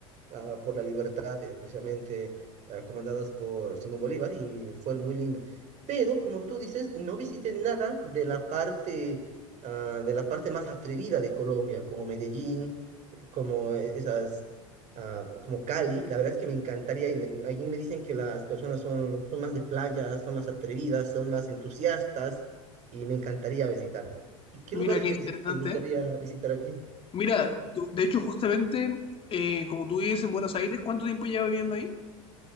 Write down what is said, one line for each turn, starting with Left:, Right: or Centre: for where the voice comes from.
Right: ah, por la libertad, eh, precisamente ah, comandadas por Simón Bolívar, y fue muy lindo. Pero, como tú dices, no visité nada de la parte, ah, de la parte más atrevida de Colombia, como Medellín, eh, como e- esas, ah, como Cali. La verdad es que me encantaría ir. Me- Allí me dicen que las personas son, son más de playa, son más atrevidas, son más entusiastas, y me encantaría visitar. ¿Y qué
Left: mira
Right: lugares
Left: qué
Right: te,
Left: interesante.
Right: visi- te gustaría
Left: ¿eh?
Right: visitar a ti?
Left: Mira, tú- de hecho, justamente, eh, como tú vives en Buenos Aires, ¿cuánto tiempo llevas viviendo ahí?